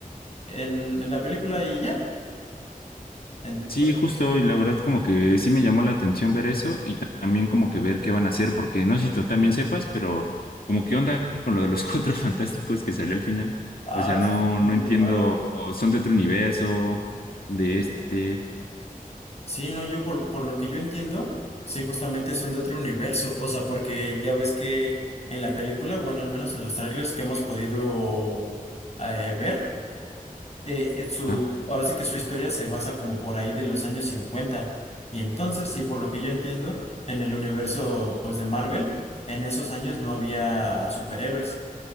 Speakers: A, on the left (about 45°); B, on the left (about 85°).
A: en, en la película y ya. Entonces,
B: Sí, justo,
A: sí.
B: y la verdad como que sí me llamó la atención ver eso, y ta- también como que ver qué van a hacer, porque no sé si tú también sepas, pero como qué onda <laughs> con lo de los <laughs> cuatro fantásticos que salió al final,
A: Ah,
B: o sea,
A: eso
B: no,
A: es muy
B: no entiendo,
A: padre.
B: son de otro universo, son de este,
A: Sí, no, yo por, por lo que yo entiendo, sí, justamente son de otro universo, o sea, porque ya ves que en la película, bueno, al menos en los trailers que hemos podido eh, ver, eh, eh, su,
B: ajá.
A: ahora sí que su historia se basa como por ahí de los años 50 y entonces, y por lo que yo entiendo, en el universo, pues, de Marvel, en esos años no había superhéroes,